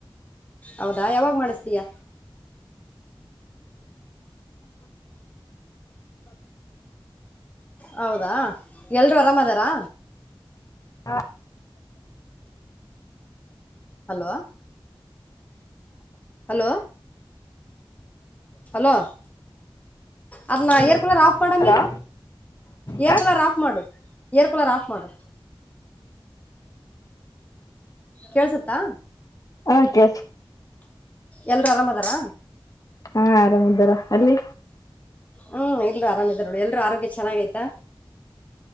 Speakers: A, on the left; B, on the left.
A: ಹೌದಾ ಯಾವಾಗ ಮಾಡಿಸ್ತೀಯ ಹೌದಾ ಎಲ್ರು ಅರಾಮ್ದಾರಾ
B: ಹಾ,
A: ಹಲೋ ಹಲೋ ಹಲೋ ಅದು ನಾ
B: ಹ್ಮ್
A: ಏರ್ ಕೂಲರ್ ಆಫ್ <unintelligible> ಕೊಡಮಿ
B: ಹಲೋ ಹಾ
A: ಏರ್ಕಲರ್ ಆಫ್ ಮಾಡು ಏರ್ಕಲರ್ ಆಫ್ ಮಾಡು ಕೇಳಸುತ್ತಾ
B: ಆಕ <unintelligible>
A: ಎಲ್ರ ಆರಾಮ್ ಅದಾರಾ
B: ಹಾ ಆರಾಮ್ದಾರ ಅಲ್ಲಿ
A: ಹ್ಮ್ ಇಲ್ರು ಆರಾಮಿದ್ ನೋಡಿ ಎಲ್ರುೂ ಆರೋಗ್ಯ ಚೆನ್ನಾಗೈತಾ